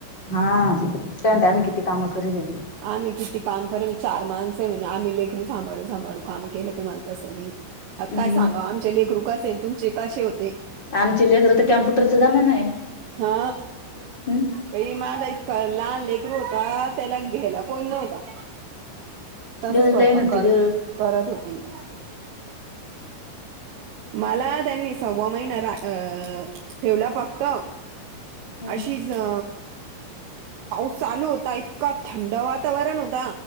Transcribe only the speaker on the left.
हा त्यांत आम्ही किती कामं करली
मग
आमची लेकर तर कॅम्प्युटरचा जमाना आहे
हम्
देऊन
जाईन होती
ग
तजपूर
हम्म